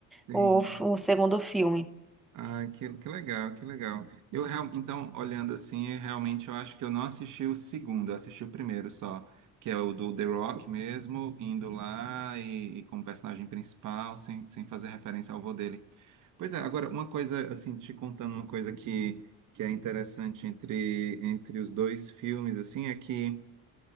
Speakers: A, on the right; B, in the centre.
A: sim.
B: o, o segundo filme.
A: Ah, que, que legal, que legal. Eu real- então, olhando assim, eu realmente eu acho que eu não assisti o segundo, eu assisti o primeiro só, que é o do The Rock mesmo, indo lá e, e como personagem principal, sem, sem fazer referência ao avô dele. Pois é, agora, uma coisa, assim, te contando uma coisa que, que é interessante entre, entre os dois filmes, assim, é que.